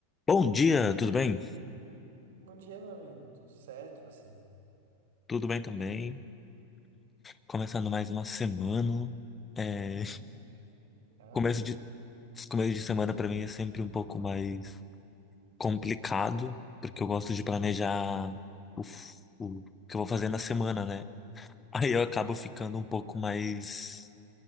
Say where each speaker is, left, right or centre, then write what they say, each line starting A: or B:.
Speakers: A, on the left; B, on the right.
A: Bom dia, tudo bem?
B: Bom dia, meu amigo. Tudo certo, você?
A: Tudo bem também. Começando mais uma semana. É,
B: Uhum. Maravilha.
A: começo de, começo de semana para mim é sempre um pouco mais complicado, porque eu gosto de planejar o, f- o que eu vou fazer na semana, né? Aí eu acabo ficando um pouco mais